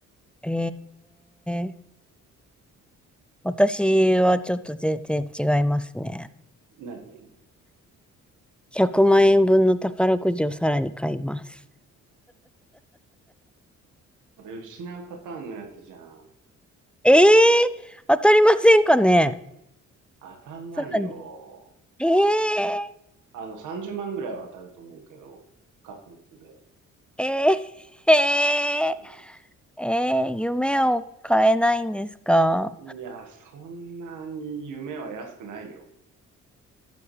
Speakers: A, in the centre; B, on the right.
A: えー、私はちょっと全然違いますね。
B: 何
A: 100万円分の宝くじをさらに買います。
B: それ失うパターンのやつじゃん。
A: えー、当たりませんかね
B: 当たんないよ。
A: さらに。え
B: あの、30万ぐらいは当たると思うけど、確率で。
A: ー、えー、え
B: う
A: ー、えー、夢を変えないんですか
B: ん、いや、そんなに夢は安くないよ。